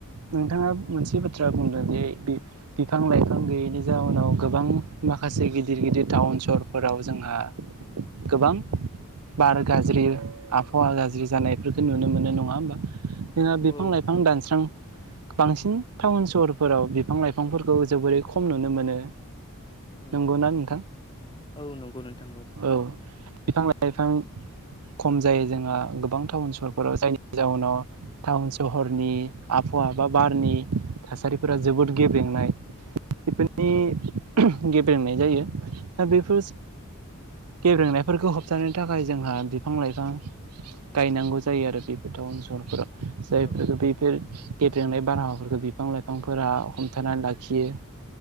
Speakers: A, on the right; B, on the left.
A: नोंथाङा मोनसे बाथ्रा बुंदों जे बि बिफां लाइफां गैयैनि जाउनाव गोबां माखासे गिदिर गिदिर टाउन सहरफोराव जोंहा गोबां बार गाज्रि आबहावा गाज्रि जानायफोरखौ नुनो मोनो नङा होमबा? जोंङो बिफां
B: औ
A: लाइफां दानस्रां बांसिन टाउन सहरफोराव बिफां लाइफांफोरखौ जोबोरै खम नुनो मोनो।
B: औ
A: नंगौना नोंथां?
B: औ नंगौ नोंथां
A: औ। बिफां लाइफां खम जायो। जोंहा गोबां टाउन सहरफोराव जायनि जाउनाव टाउन सहरनि आबहावा बा बारनि थासारिफोरा जोबोद गेब्रेंनाय। बेफोरनि
B: औ
A: गेब्रेंनाय जायो। दा बेफोर गेब्रेंनाय फोरफोरखौ होबथानो थाखाय जोंहा बिफां लाइफां गायनांगौ जायो आरो बेफोर टाउन सहरफोराव। जायफोरफोरखौ
B: औ
A: बैफोर गेद्रेंनाय बारहावाफोरखौ बिफां लाइफांफोरा हमथानानै लाखियो।